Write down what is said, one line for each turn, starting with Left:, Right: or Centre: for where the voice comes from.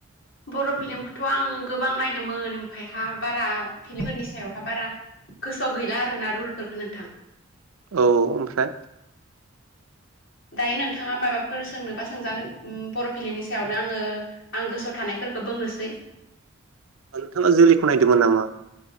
Left: बर' फिल्मखौथ आङो गोबां नायदोंमोन ओमफफ्रायहा बारा फिलमफोरनि सायावहा बारा गोसोआव गैला आर ना रुलफोरफोरखौ नोंथां
Right: औ औ ओमफ्राय
Left: दायो नोंथाङा माबाफोर सोंनोबा सोंजागोन बर फिलमनि सायावनो आङो आं गोसोआव थानायफोरखौ बुंनोसै
Right: नोंथाङा जोलैखौ नायदोंमोन नामा